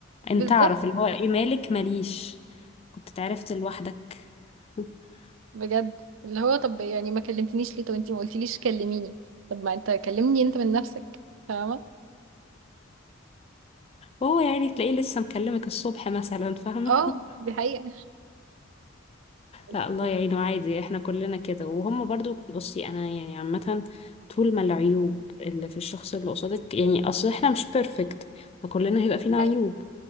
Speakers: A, on the left (about 30°); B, on the right (about 70°).
A: انت
B: بالظبط
A: تعرف اللي هو ايه مالك ماليش كنت اتعرفت لوحدك <laughs>
B: بجد اللي هو طب يعني ما كلمتنيش ليه طب انتي ما قلتيليش كلميني طب ما انت كلمني انت من نفسك فاهمه
A: هو يعني تلاقيه لسه مكلمك الصبح مثلا فاهمة
B: اه
A: <laughs>
B: دي حقيقه بس-
A: لا الله يعينه عادي احنا كلنا كده وهم برضو بصي انا يعني عامة طول ما العيوب اللي في الشخص اللي قصادك يعني اصل احنا مش بيرفكت فكلنا هيبقى فينا عيوب
B: أيوة.